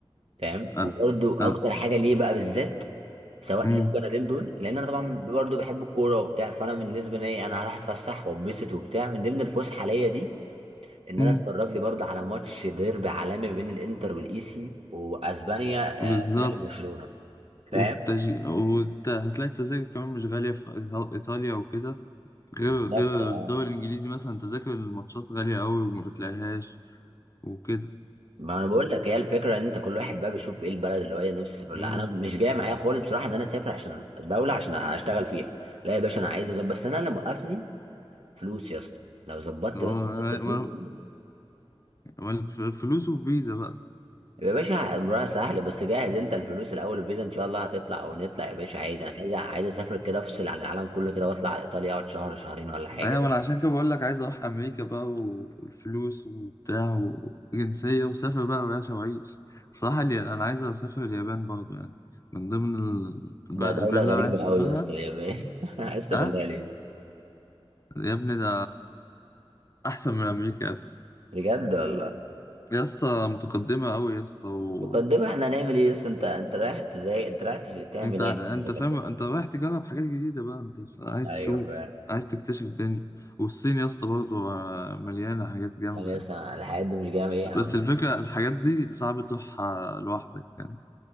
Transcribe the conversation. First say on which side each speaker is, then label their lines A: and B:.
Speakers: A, on the right (about 80°); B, on the left (about 35°).
A: فاهم
B: آه،
A: وبرده
B: آه،
A: اكتر حاجه ليه بقى بالذات سواء
B: امم
A: ليه البلدين دول لان انا طبعا برضه بحب الكوره وبتاع فانا بالنسبه لي انا هروح اتفسح واتبسط وبتاع من ضمن الفسحه ليا دي ان
B: امم
A: انا اتفرج لي برضه على ماتش ديربي عالمي بين الانتر والايسي واسبانيا
B: بالظبط
A: آه، ريال وبرشلونه فاهم
B: والتج... والت... هتلاقي التذاكر كمان مش غالية في إيطال- إيطاليا وكده غير
A: بالظبط
B: غير
A: اه
B: الدوري الإنجليزي مثلا تذاكر الماتشات غالية قوي وما بتلاقيهاش وكده
A: ما انا بقول لك هي الفكره ان انت كل واحد بقى بيشوف ايه البلد اللي هو إيه نفسه يسافر لها
B: امم
A: انا مش جاي معايا خالص بصراحه ان انا اسافر عشان الدوله عشان اشتغل فيها لا يا باشا انا عايز اظبط بس انا اللي موقفني فلوس يا اسطى لو ظبطت
B: اه
A: بس حته الفلوس
B: ما-
A: دي
B: ما- الفلوس وفيزا بقى
A: يا باشا امرها سهل بس جاهز انت الفلوس الاول الفيزا ان شاء الله هتطلع او نطلع يا باشا عادي انا عايز عايز اسافر كده افصل عن العالم كله كده واطلع على ايطاليا اقعد شهر شهرين ولا حاجه
B: ايوه ما انا عشان كده بقول لك عايز اروح امريكا بقى و- والفلوس وبتاع وجنسيه وسافر بقى يا باشا وعيش صح لي انا عايز اسافر اليابان برضه يعني من ضمن ال- الب-
A: ده
B: البلاد
A: دوله غريبه
B: اللي انا عايز اسافرها
A: قوي يا اسطى يا باشا <laughs> عايز بالله
B: اه
A: ليه
B: يا ابني ده احسن من امريكا
A: بجد والله
B: يا اسطى متقدمه قوي يا اسطى و...
A: مقدمة احنا هنعمل ايه بس انت انت رايح تزاي انت رايح تش- تعمل
B: انت
A: ايه
B: انت
A: هناك في المقدمة
B: فاهم انت رايح تجرب حاجات جديده بقى انت عايز
A: ايوه
B: تشوف
A: فعلا
B: عايز تكتشف الدنيا والصين يا اسطى برضه آه، مليانه حاجات جامده
A: يعني
B: يعني.
A: مثلا الحاجات دي مش جاية
B: بس
A: ايه يا
B: بس
A: عم
B: الفكرة الحاجات دي صعب تروحها لوحدك يعني